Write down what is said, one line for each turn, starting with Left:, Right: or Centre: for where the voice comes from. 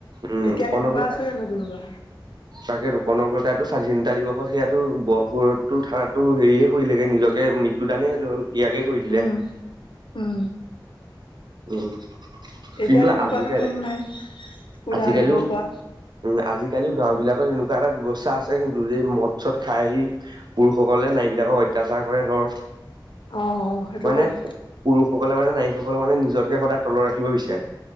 Right: উম
Left: এতিয়া
Right: কনক
Left: তেনেকুৱা
Right: লত
Left: আছে জানো কোনোবা
Right: তাকেেতো কনক লতাইতো স্বাধীনতা দিৱসত সেয়াাতো গহপুৰতো থানাতো হেৰিয়ে কৰিলেগে নিজকে মৃত্যু দানে হ হ'ল ইয়াকে কৰিলে
Left: উম উম
Right: উম
Left: তেতিয়া
Right: কিন্তু
Left: তেনেকুৱাতো
Right: আজিকালি
Left: কোনো নাই ওলাই
Right: আজিকালিও
Left: আহিব পৰা
Right: উ আজিকালিও গাওঁ বিলাকত এনেকুৱা এটা ব্যৱস্থা আছে কিন্তু যে মদ চদ খাই আহি পুৰুষসকলে নাইবলাকক অত্যাচাৰ কৰে ধৰ
Left: অ অ সেইটো
Right: মানে
Left: হয়
Right: পুৰুষসকলে মানে নাৰীসকললে মানে নিজৰকে সদায় তলত ৰাখিব বিচাৰে